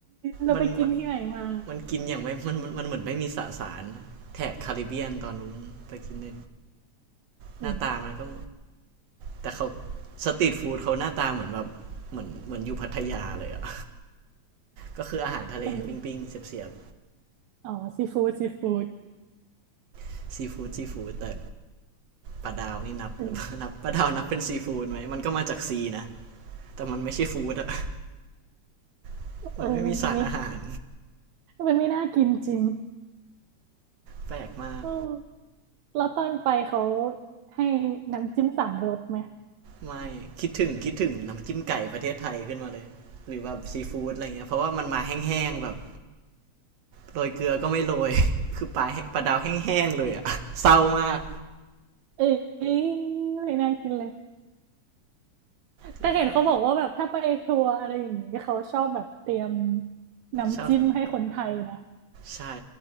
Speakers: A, on the right; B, on the right.
A: เราไปกินที่ไหนมา
B: มันมันมันกินอย่างไม่มันมันมันเหมือนไม่มีสสารนแถบคาริบเบียนตอนนู้นไปกินใน
A: เออ
B: หน้าตามันก็แต่เขาสตรีทฟู้ดเขาหน้าตาเหมือนแบบเหมือนเหมือนอยู่พัทยาเลยอะก็คืออาหารทะเลปิ้งๆเสียบ
A: เป็นอ๋อซีฟู้ดซีฟู้ด
B: ๆซีฟู้ดซีฟู้ดแต่ ปลาดาวนี่นับหรือเปล่า
A: เออ
B: <laughs> นับปลาดาวนับเป็นซีฟู้ดไหมมันก็มาจากซีนะ แต่มันไม่ใช่ฟู้ดอะ <laughs>
A: เออมันไม่
B: มันไม่มีสารอาหาร
A: มันไม่น่ากินจริง
B: แปลกมาก
A: เออ แล้วตอนไปเขาให้น้ำจิ้มสามรสไหม
B: ไม่ คิดถึงคิดถึงน้ำจิ้มไก่ประเทศไทยขึ้นมาเลย หรือแบบซีฟู้ดอะไรเงี้ยเพราะว่ามันมาแห้งๆแบบโรยเกลือก็ไม่โรย <laughs> คือปลาแห้งปลาดาวแห้งๆเลยอะ <laughs> เศร้ามาก
A: เอ้ยไม่น่ากินเลย
B: จริง
A: แต่เห็นเขาบอกว่าแบบถ้าไปทัวร์อะไรอย่างงี้เขาชอบแบบเตรียมน้ำจิ้มให้คนไทยนะ
B: ชอบใช่